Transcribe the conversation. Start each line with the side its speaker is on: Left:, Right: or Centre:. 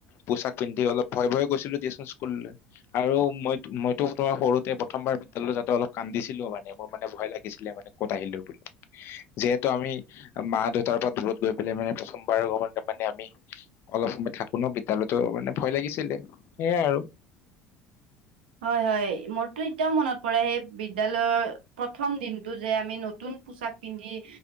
Left: পোছাক পিন্ধি অলপ ভয় ভয় গৈছিলোঁ দিয়াচোন স্কুললৈ। আৰু মই মইতো তোমাৰ সৰুতে প্ৰথমবাৰ বিদ্যালয়ত যাতে অলপ কান্দিছিলো মানে, মোৰ মানে ভয় লাগিছিলে মানে ক'ত আহিলো বুলি। যিহেতু আমি মা দেউতাৰ পৰা দূৰত গৈ পেলাই মানে প্ৰথমবাৰ মানে আমি অলপ সময় থাকো ন', বিদ্য়ালয়তো মানে ভয় লাগিছিলে সেয়াই আৰু।
Right: হয়, হয়, মোৰ টো এতিয়াও মনত পৰে সেই বিদ্যয়ালয়ৰ প্ৰথম দিনটো যে আমি নতুন পোচাক পিন্ধি